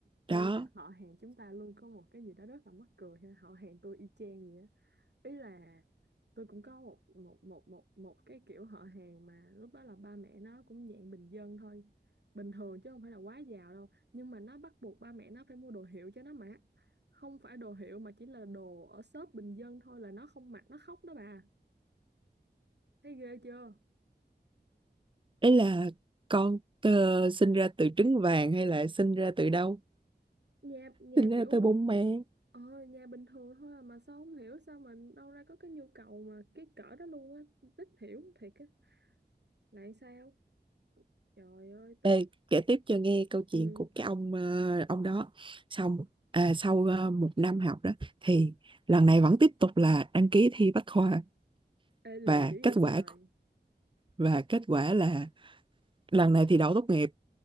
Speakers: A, on the right; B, on the right.
A: ê,
B: đó
A: họ hàng chúng ta luôn có một cái gì đó rất là mắc cười ha. Họ hàng tôi y chang vậy á. Ý là tôi cũng có một một một một một cái kiểu họ hàng mà lúc đó là ba mẹ nó cũng dạng bình dân thôi. Bình thường chứ không phải là quá giàu đâu. Nhưng mà nó bắt buộc ba mẹ nó phải mua đồ hiệu cho nó mặc. Không phải đồ hiệu mà chỉ là đồ ở shop bình dân thôi là nó không mặc nó khóc đó bà. Thấy ghê chưa?
B: ấy là con ờ, sinh ra từ trứng vàng hay là sinh ra từ đâu
A: nha nha
B: sinh ra
A: kiểu
B: từ bông mẹ
A: ờ nhà bình thường thôi à, mà sao không hiểu sao mà đâu ra có cái nhu cầu mà cái cỡ đó luôn á ít hiểu thiệt á lại sao trời ơi tiền
B: Ê, kể tiếp cho nghe câu chuyện
A: ừ
B: của cái ông ờ, ông đó xong à, sau ờ, một năm học đó thì lần này vẫn tiếp tục là đăng ký thi Bách khoa
A: ê lì
B: và
A: dữ
B: kết
A: vậy
B: quả
A: trời
B: và kết quả là lần này thì đậu tốt nghiệp